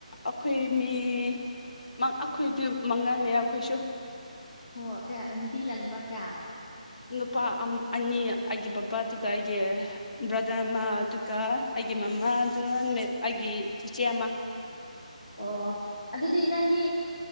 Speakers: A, on the left (about 65°); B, on the left (about 80°).
A: ꯑꯈꯣꯏ ꯃꯤ ꯃꯪ ꯑꯩꯈꯣꯏꯗꯤ ꯃꯥꯡꯉꯥꯅꯦ ꯑꯩꯈꯣꯏꯁꯨ
B: ꯑꯣ ꯀꯌꯥ ꯅꯨꯄꯤ ꯀꯌꯥ ꯅꯨꯄꯥ ꯀꯌꯥ
A: ꯅꯨꯄꯥ ꯑꯅꯤ ꯑꯩꯒꯤ ꯕꯕꯥꯗꯨꯒ ꯑꯩꯒꯤ ꯕ꯭ꯔꯗꯔ ꯑꯃꯗꯨꯒ ꯑꯩꯒꯤ ꯃꯃꯥ ꯑꯗꯨꯒ ꯑꯩꯒꯤ ꯆꯤꯆꯦ ꯑꯃ
B: ꯑꯣ ꯑꯗꯨꯗꯤ ꯅꯪꯗꯤ